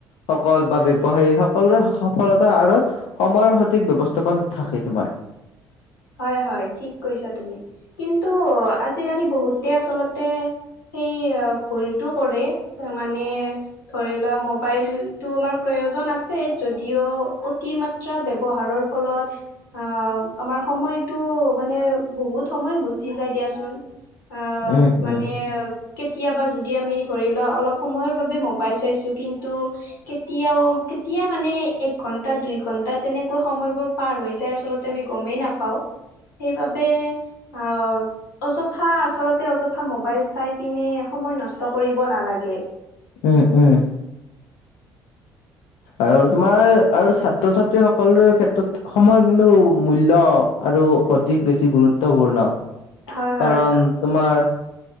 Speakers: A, on the left; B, on the left.
A: সকল বা ব্যৱসায়ী সক সকলোৰে স সফলতা আঁৰত সময়ৰ সঠিক ব্যৱস্থাপন থাকে, তোমাৰ
B: হয়, হয় ঠিক কৈছা তুমি, কিন্তু আজিকালি বহুতে আচলত তে, সেই ভুলটো কৰে মানে, ধৰি লোৱা মোবাইলটো আমাৰ প্ৰয়োজন আছে, যদিও অতি মাত্ৰা ব্যৱহাৰৰ ফলত
A: <unintelligible>
B: আহ আমাৰ সময়টো মানে, বহুত সময় গুচি যায় দিয়াচোন। অ',
A: উম
B: মানে
A: উম
B: কেতিয়াবা যদি আমি ধৰি লোৱা, অলপ সময়ৰ বাবে মবাইল চাইছোঁ, কিন্তু কেতিয়াও, কে তিয়া মানে এক ঘণ্টা, দুই ঘণ্টা তেনেকৈ সময়বোৰ পাৰ হৈ যায়, আচলতে আমি গমেই নাপা পাওঁ, সেইবাবে আ, অযথা আচলত তে, অযথা মোবাইল চাই পিনে সময় নষ্ট কৰিব নালাগে।
A: উম, উম, আৰু তোমাৰ আৰু ছাত্ৰ-ছাত্ৰীসকলৰ ক্ষেত্ৰ ত সময় কিন্তু মূল্য আৰু অধিক বেছি গুৰুত্বপূৰ্ণ।
B: হয় হয়
A: কাৰণ তোমাৰ <unintelligible>